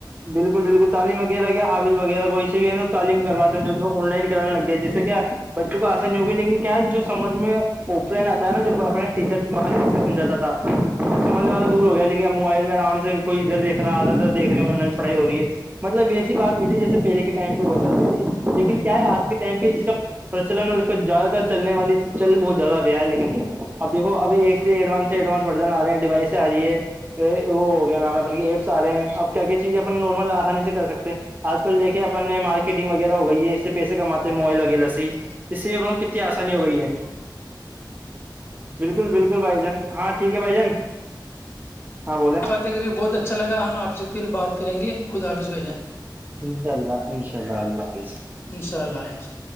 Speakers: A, on the right; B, on the left.
A: بالکل بالکل تعلیم وغیرہ کیا حافظ وغیرہ کوئی سے بھی ہے ن توعم کرواتے ہیں کو آن لائن کرانے لگ گ ہے جس سے کیا بچوں کو آسانی ہوگئی لیکن کیا ہے جو سمجھ میں آف لائن آتا ہے نا جو اپنے ٹیچر سمجاتا تھامجا دور ہو گیا لیکن موبائل میں آرام سے کوئی اد دیکھ رہا تھا ا دیکھے ہیں آن لن پڑھائی ہو رہی ہے مطلب ویسی بات یہ تھی جیسے پہل کے ٹائم پہ ہوا ب ت لیکن کیا ہے آج کے ٹائم پہ اس کا پرچلن ل زیاد تر چلنے والی چل بہت زیادہ رہا ہے لیکن یہ اب دیکو ابھی ایک سے ایڈوانس سے ایڈوانس برجن آ رہے ہیں ڈیوائس آ رہی ہے وہ ہو گیا نام ہے اپ ایپس آ رہے ہیں اب کیا کیا چیزیں اپ نارمل آسانی سے کر سکتے ہیں آج کل دیکھے اپننے مارکیٹنگ وغیرہ ہو گئی ہے اس سے پیسے کماتے موبائل وغیرہ سے ہی اس سے ہم لوگ کتنی آسانی ہو گئی ہے بالکل بالکل بھائی جان ہاںھ ٹھ ہے بھ جان ہاں بولے
B: باتیں کر کےے بہت اچھا لگا ہم آپ سے پھر بات کریں گے خود حاپظ بھائی جان
A: انناء اللہ انشاء اللہ اللہ حافظ
B: ان شاء اللہ ان شاءلہ